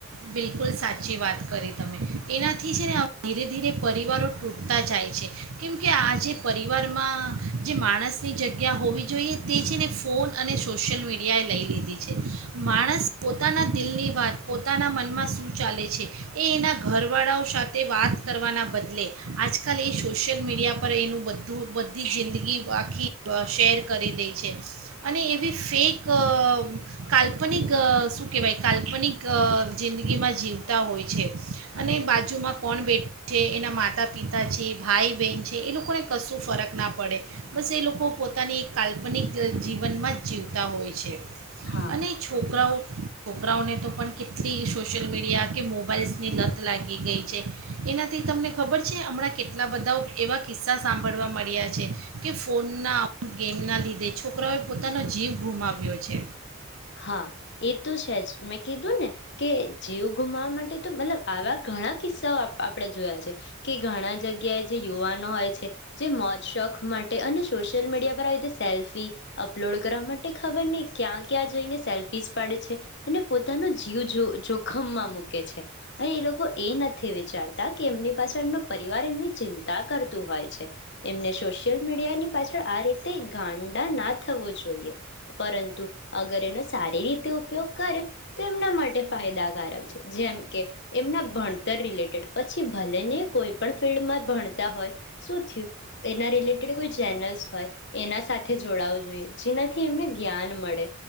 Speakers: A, on the right; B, on the left.
A: બિલકુલ સાચી વાત કરી તમે એનાથી છે ને ધીરે ધીરે પરિવારો તૂટતા જાય છે કેમકે આ જે પરિવારમાં જે માણસની જગ્યા હોવી જોઈએ તે છે ને ફોન અને સોશિયલ મીડિયાએ લઈ લીધી છે માણસ પોતાના દિલની વાત પો પોતાના મનમાં શું ચાલે છે એ એના ઘરવાળાઓ સાથે વાત કરવાના બદલે આજકાલ એ સોશિયલ મીડિયા પર એનું બધું બધી જિંદગી આખી શેર કરી દે છે અને એવી ફેક અ કાલ્પનિક અ શું કહેવાય કાલ્પનિક જિંદગીમાં જીવતા હોય છે અને બાજુમાં કોણ બેઠા છે એના માતા પિતા છે ભાઈ બહેન છે એ લોકોને કશું ફરક ના પડે બસ એ લોકો પોતાની કાલ્પનિક જીવનમાં જ જીવતા હોય છે
B: હા
A: અને છોકરાઓ છોકરાઓને તો પણ કેટલી સોશિયલ મીડિયા કે મોબાઈલ્સની લત લાગી ગઈ છે એનાથી તમને ખબર છે હમણાં કેટલા બધા એવા કિસ્સા સાંભળવા મળ્યા છે કે ફોનના ગેમના લીધે છોકરાઓએ પોતાનો જીવ ગુમાવ્યો છે
B: હા એ તો છે જ મેં કીધું ને કે જીવ ગુમાવા માટે તો મતલબ આવા ઘણા કિસ્સાઓ આપણે જોયા છે કે ઘણા જગ્યાએ જે યુવાનો હોય છે જે મોત શોખ માટે અને સોશિયલ મીડિયા પર આવી રીતે સેલ્ફી અપલોડ કરવા માટે ખબર નહી ક્યાં ક્યાં જાયને સેલ્ફી પાડે છે અને પોતાનો જીવ જો જોખમમાં મૂકે છે અ એ લોકો એ નથી વિચારતા કે એમની પાછળ એમનો પરિવાર એમની ચિંતા કરતું હોય છે એમને સોશિયલ મીડિયાની પાછળ આ રીતે ગાંડા ના થવો જોઈએ પરંતુ અગર એનો સારી રીતે ઉપયોગ કરે તો એમના માટે ફાયદાકારક છે જેમ કે એમના ભણતર રિલેટેડ પછી ભલે ને કોઈ પણ ફિલ્ડમાં ભણતા હોય શું થયું એના રિલેટેડ કોઈ ચેનલ્સ હોય એના સાથે જોડાવું જોઈએ જેનાથી એમને જ્ઞાન મળે